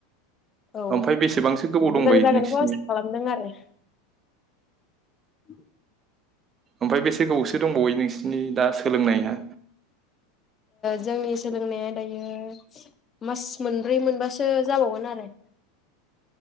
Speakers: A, on the left; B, on the right.
A: औ
B: ओमफ्राय बेसेबांसो गोबाव
A: मोजां
B: दंबायो
A: जागोनखौ
B: नोंसिनि
A: आसा खालामदों आरो <inaudible> <unintelligible>
B: ओमफ्राय बेसे गोबावसो दंबावो नोंसिनि नोंसिनि दा सोलोंनाया
A: जोंनि सोलोंनाया दायो मास मोनब्रै मोनबासो जाबावगोन आरो